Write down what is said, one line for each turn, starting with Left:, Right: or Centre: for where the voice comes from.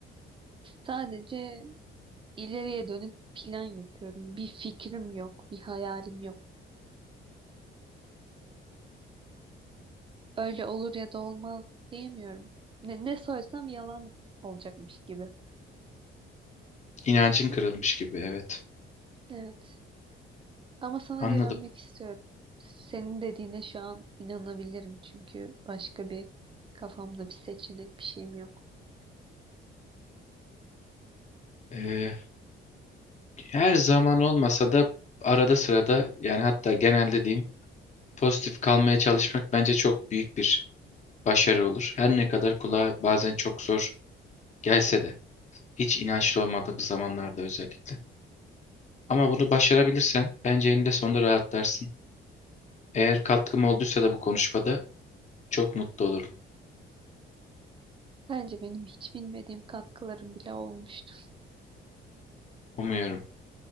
Right: Sadece ileriye dönük plan yapıyorum. Bir fikrim yok, bir hayalim yok. Öyle olur ya da olmaz diyemiyorum. Ne, ne sorsam yalan olacakmış gibi.
Left: İnancın kırılmış gibi evet.
Right: Evet. Ama sana
Left: Anladım.
Right: güvenmek istiyorum. Senin dediğine şu an inanabilirim çünkü başka bir kafamda bir seçenek bir şeyim yok.
Left: Ee, her zaman olmasa da arada sırada yani hatta genelde diyeyim pozitif kalmaya çalışmak bence çok büyük bir başarı olur. Her ne kadar kulağa bazen çok zor gelse de hiç inançlı olmadığımız zamanlarda özellikle. Ama bunu başarabilirsen bence eninde sonunda rahatlarsın. Eğer katkım olduysa da bu konuşmada çok mutlu olurum.
Right: Bence benim hiç bilmediğim katkılarım bile olmuştur.
Left: Umuyorum.